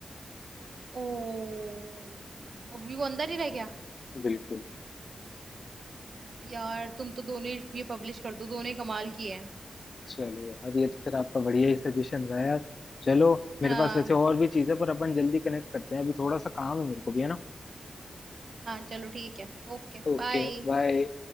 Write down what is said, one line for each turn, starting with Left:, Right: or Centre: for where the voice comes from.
Right: ओ अब ये वो अंदर ही रह गया
Left: बिल्कुल
Right: यार तुम तो दोनों ही ये पब्लिश कर दो दोनों ही कमाल की है
Left: चलो यार ये तो फिर आपका बढ़िया ही सजेशन रहा यार चलो मेरे
Right: हाँ
Left: पास वैसे और भी चीजें पर अपन जल्दी कनेक्ट करते हैं अभी थोड़ा सा काम है मेरे को भी है ना
Right: हाँ चलो ठीक है ओके
Left: Okay
Right: बाय
Left: bye